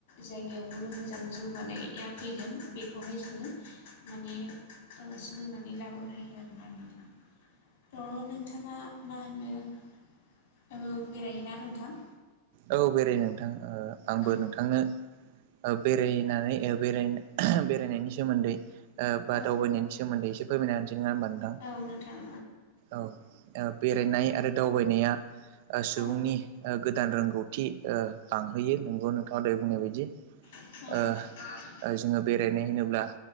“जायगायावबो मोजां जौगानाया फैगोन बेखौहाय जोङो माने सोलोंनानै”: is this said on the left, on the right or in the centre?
Left